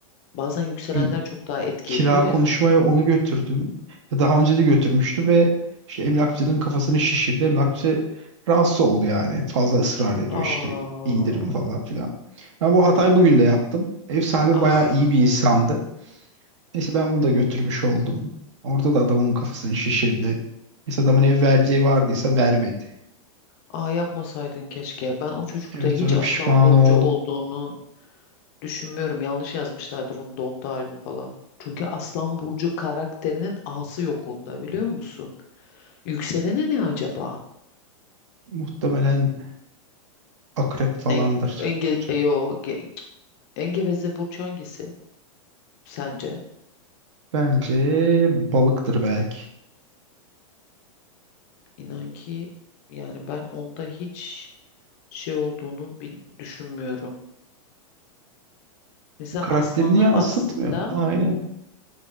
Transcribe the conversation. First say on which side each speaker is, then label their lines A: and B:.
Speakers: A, on the left; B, on the right.
A: Bazen yükselenler
B: Gün,
A: çok daha etki
B: kira
A: ediyor ya.
B: konuşmaya onu götürdüm. Ya daha önce de götürmüştüm ve işte emlakçının kafasını şişirdi. Emlakçı rahatsız oldu yani. Fazla ısrar ediyor
A: Aa,
B: işte indirim falan filan. Ben bu hatayı bugün de yaptım. Ev sahibi
A: ah
B: bayağı iyi bir insandı. Neyse ben bunu da götürmüş oldum. Orada da adamın kafasını şişirdi. Neyse adamın ev vereceği vardıysa vermedi.
A: Aa yapmasaydın keşke. Ben o çocukta
B: Evet
A: hiç
B: sonra
A: Aslan
B: pişman
A: Burcu
B: oldum.
A: olduğunu düşünmüyorum. Yanlış yazmışlardır onun doğum tarihini falan. Çünkü Aslan Burcu karakterinin A'sı yok onda biliyor musun? Yükseleni ne acaba?
B: Muhtemelen akrep falandır.
A: En, enge,
B: Çok
A: e, yo, ge- en geveze burç hangisi sence?
B: bence balıktır belki.
A: İnan ki yani ben onda hiç şey olduğunu bil- düşünmüyorum. Mesela
B: Karakterini
A: aslanlar
B: yansıtmıyor.
A: aslında
B: Aynen.